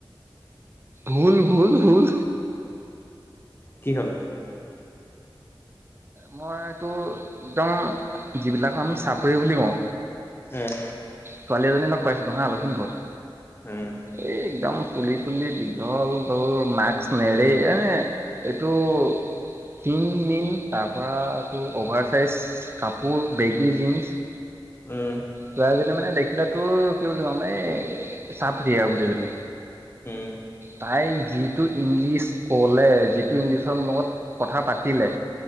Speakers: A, on the right; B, on the left.
A: ভুল- ভুল- ভুল।
B: কি হ'ল?
A: মই এইটো একদম যিবিলাক আমি চাপৰি বুলি কওঁ।
B: উম।
A: ছোৱালী এজনী লগ পাইছিলো হা, লখিমপুৰৰ।
B: উম,
A: এই একদম চুলি- তুলি দীঘল তোৰ মাস্ক নেৰে এনে আ। এইটো ক্ষীণ-মিন। তাৰপৰাতো অ'ভাৰ চাইজ কাপোৰ বেগী জীন্স।
B: উম।
A: ছোৱালীজনী মানে দেখিলা তোৰ কি বুলি ক'ম এই চাপৰী আৰু গোটেইজনী।
B: উম,
A: তাই যিটো ইংলিছ ক'লে, যিটো ইংলিছৰ মোৰ লগত কথা পাতিলে,